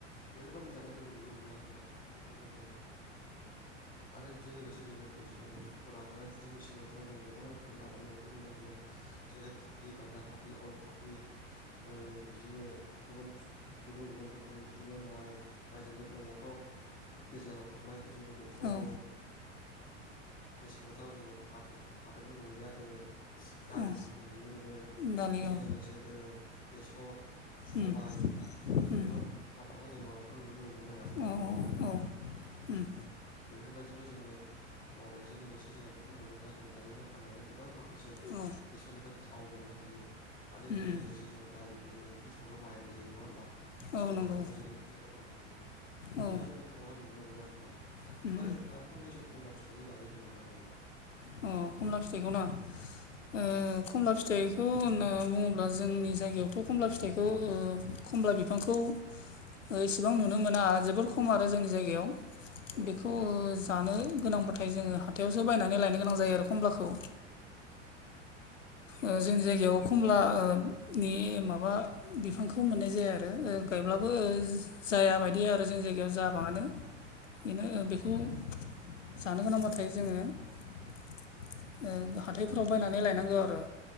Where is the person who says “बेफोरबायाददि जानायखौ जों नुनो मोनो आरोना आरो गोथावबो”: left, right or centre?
Left